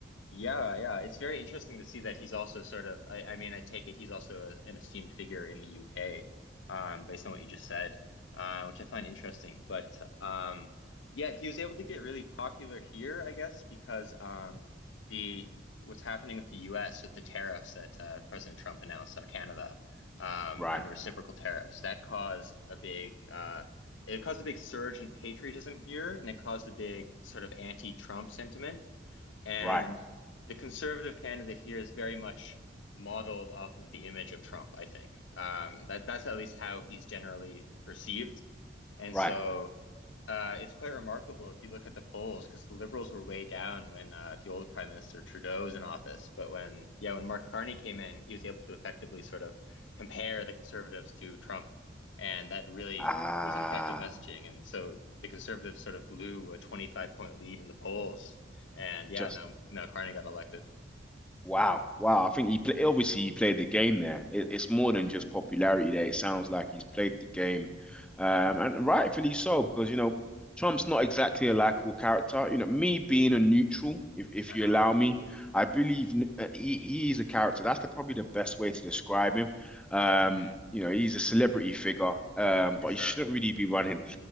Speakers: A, on the left; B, in the centre.
A: Yeah, yeah. It's very interesting to see that he's also sort of I, I mean, I take it he's also a, an esteemed figure in the UK, um, based on what you just said, uh, which I find interesting. But um yeah, he was able to get really popular here, I guess, because um the what's happening with the US with the tariffs that uh, President Trump announced on Canada, um,
B: Right.
A: and the reciprocal tariffs, that caused a big uh it caused a big surge in patriotism here, and it caused a big sort of anti-Trump sentiment. And
B: Right.
A: the conservative candidate here is very much modeled off of the image of Trump, I think. Um, that that's at least how he's generally perceived. And
B: Right.
A: so uh, it's quite remarkable if you look at the polls, because the liberals were way down when uh, the old Prime Minister Trudeau was in office. But when, yeah, when Mark Carney came in, he was able to effectively sort of compare the conservatives to Trump. And that really
B: Ah,
A: was an effective messaging. And so the conservatives sort of blew a 25 point lead in the polls and yeah,
B: just
A: no, no, Carney got elected.
B: wow, wow. I think he play, obviously he played the game there. It, it's more than just popularity there. It sounds like he's played the game, um, and rightfully so because you know Trump's not exactly a likable character. You know, me being a neutral, if if
A: Uh-huh.
B: you allow me, I believe n- uh, he he is a character. That's the, probably the best way to describe him. Um,
A: hmm
B: you know, he's a celebrity figure, um,
A: For
B: but
A: sure.
B: he shouldn't really be running